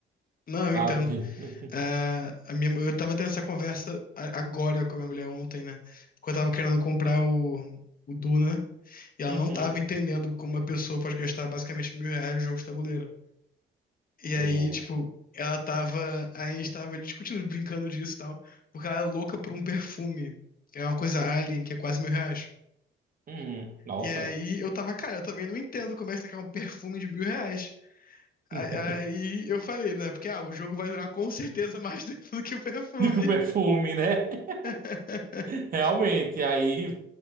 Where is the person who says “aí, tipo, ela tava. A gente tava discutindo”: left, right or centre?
Left